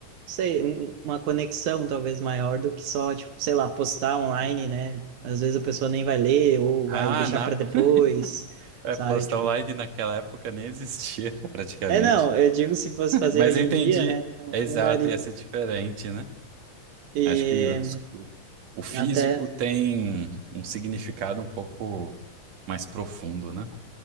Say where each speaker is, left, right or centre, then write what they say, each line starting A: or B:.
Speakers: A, on the right; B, on the right.
A: sei, um- uma conexão talvez maior do que só, tipo, sei lá, postar online, né? Às vezes a pessoa nem vai ler ou
B: Ah,
A: vai deixar
B: na
A: para depois,
B: <laughs> é,
A: sabe?
B: posta
A: Tipo,
B: online naquela época nem existia, <laughs> praticamente.
A: é não, eu digo se fosse fazer
B: Mas
A: hoje
B: eu
A: em
B: entendi,
A: dia, né? Não,
B: é exato,
A: não daria.
B: ia ser diferente, né?
A: E
B: Acho que os- o, o físico
A: até,
B: tem um significado um pouco mais profundo, né?